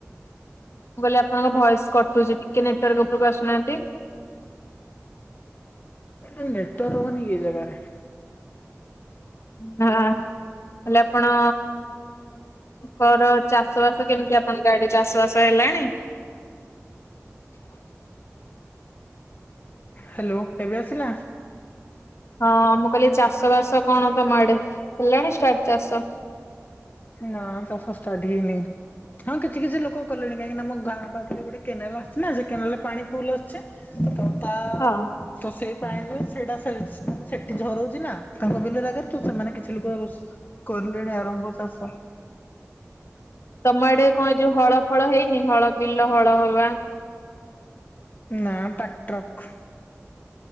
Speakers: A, on the left; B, on the left.
A: ମୁଁ କହିଲି ଆପଣଙ୍କ ଭଏସ କଟୁଛି ଟିକେ ନେଟାର୍କ ଉପରକୁ ଆସୁନାହାନ୍ତି।
B: ନେଟାର୍କ ରଉନି କି ଏ ଜାଗାରେ।
A: ହଁ ହ। ହେଲେ ଆପଣ ଙ୍କର ଚାଷ ବାସ କେମିତି ଆ ପଣଙ୍କ ଆଡେ ଚାଷ ବାସ ହେଲାଣି।
B: ହ୍ୟାଲୋ ଏବେ ଆସିଲା।
A: ହଁ ମୁଁ କହିଲି ଚାଷ ବାସ କଣ ତମ ଆଡେ ହେଲାଣି ଷ୍ଟାର୍ଟ ଚାଷ।
B: ହଁ ଚାଷ ଷ୍ଟାର୍ଟ ହେଇନି।। ହଁ କିଛି କିଛି ଲୋକ କଲେଣି କାହିଁକି ନା ଆମ ଗାଁ ପାଖରେ ଗୋଟେ କେନାଲ ଆସିଚି ନା ସେ କେନାଲ ରେ ପାଣି ଫୁଲ ଆସୁଛି। ତ ତା
A: ହଁ
B: ତ ସେଇ ପାଇଁ ଯେ ସେଇଟା ସେ ମାନେ ସେଠି ଝରଉଛି ନା ତାଙ୍କ ବିଲ ରକରେ ତ ସେମାନେ କି ଛି ଲୋକ କଲେଣି ଆରମ୍ଭ ଚାଷ।
A: ତମ ଆଡେ କଣ ଯୋଉ ହଳ ଫଳ ହେଇନି ହଳ ବିଲ ହଳ ହବା।
B: ନା ଟ୍ରାକ୍ଟରକ୍